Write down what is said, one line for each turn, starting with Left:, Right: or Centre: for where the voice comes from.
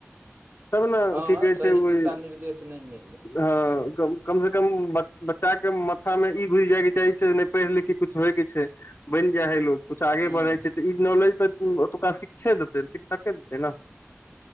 Left: तब ने
Right: हँ
Left: की कहै
Right: सही
Left: छै ओहि
Right: दिशा निर्देश नहि मिललै
Left: ह कम से कम बच्चा के माथा मे ई घुस जाइ के चाही छै नहि पढ़ि लिखे कुछ होय के छै बनि जाइ ह लग कुछ आगे
Right: हूँ
Left: बढ़े छै तऽ ई नॉलेज तऽ ओतुका शिक्षे देतै शिक्षके देतै ने